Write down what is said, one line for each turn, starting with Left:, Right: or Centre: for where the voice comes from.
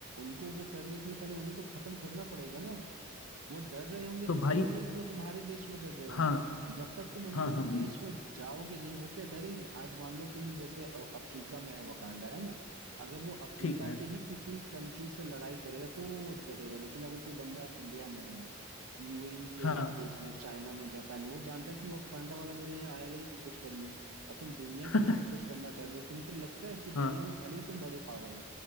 Right: उनको वो करने के लिए पहले उन्हें तो खत्म करना पड़ेगा ना वो डर रहे होंगे
Left: तो
Right: तो
Left: भाई
Right: जरूरी है कि वो तुम्हारे देश में डर रहे होंगे
Left: हाँ
Right: जब तक तुम उनके
Left: हाँ हाँ
Right: देश में जाओगे नहीं वो क्या डरेंगे आज मान लो तुम जैसे अ- अफ्रीका में है वकांडा है ना अगर वो अफ्रीका
Left: ठीक है
Right: के ही किसी कंट्री से लड़ाई करेगा तो वो डरेगा लेकिन अगर कोई बंदा इंडिया में है, यूएई के
Left: हाँ
Right: देश में चाइना में जापान में वो जानता है कि वो पांडा वाला मेरे यहाँ आएगा ही नहीं कुछ करने और तुम दुनिया
Left: <laughs>
Right: के लिए सब कुछ करना चाह रहे हो तो तुमको लगता है कि
Left: हाँ
Right: दुनिया में भले ही तुम बड़े पावर हो